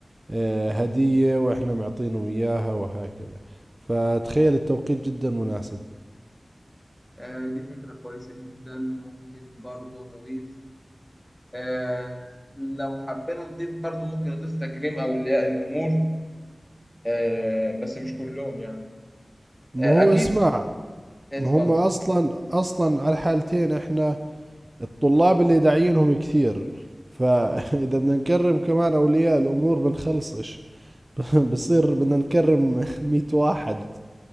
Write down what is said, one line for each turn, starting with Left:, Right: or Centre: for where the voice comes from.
Right: آه، هدية وإحنا معطينهم إياها وهكذا فتخيل التوقيت جدا مناسب
Centre: آه، دي فكرة كويسة جدا ممكن برضو نضيف آه، لو حبينا نضيف برضو ممكن نضيف تكريم أولياء الأمور آه، بس مش كلهم يعني
Right: ما
Centre: آه،
Right: هو
Centre: أكيد
Right: اسمع
Centre: اتفضل
Right: ما هم أصلا أصلا على الحالتين إحنا الطلاب اللي داعيينهم كثير فإذا <laughs> بدنا نكرم كمان أولياء الأمور بنخلصش <laughs> بصير بدنا نكرم <laughs> مية واحد